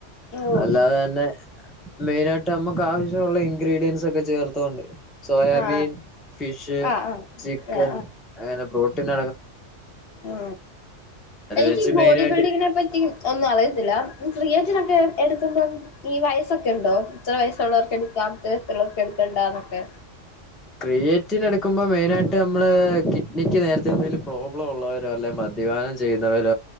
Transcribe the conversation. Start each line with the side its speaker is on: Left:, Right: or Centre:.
Left: ഓ
Centre: അല്ലാതെ തന്നെ മെയിനയിട്ട് നമ്മക്ക് ആശ <unintelligible> ള്ള ഇൻഗ്രീഡിയൻസ് ഒക്കെ ചേർത്തണ്ട് സോയാബീൻ
Left: ആ
Centre: ഫിഷ്
Left: ആ ആ
Centre: ചിക്കൻ
Left: ആ ആ
Centre: അങ്ങനെ പ്രോ ട്ടീൻ
Left: ആ എനിക്ക്
Centre: വെച്ച്
Left: ബോഡി
Centre: മെയിനായിട്ട്
Left: ബിൽഡിങ്ങിനെ പറ്റി ഒന്നും അറിയത്തില്ല. ക്രീയേറ്റിനൊക്കെ എടുക്കുമ്പം ഈ വയസ്സൊക്ക ഉണ്ടോ ഇത്ര വയസ്സുള്ളവർക്ക് എടുക്കാം ഇത്ര വയസ്സുള്ളവർക്ക് എടുക്കണ്ടണ്ട എന്താന്നൊക്കെ?
Centre: ക്രിയേറ്റിന എടുക്കുമ്പോ മെയിനായിട്ട് നമ്മള് കിഡ്നിക്ക് നേരത്തെ എന്തേലും പ്രോബ്ലം ഉള്ളവരോ അല്ലെ മദ്യപാനം ചെയ്യുന്നവര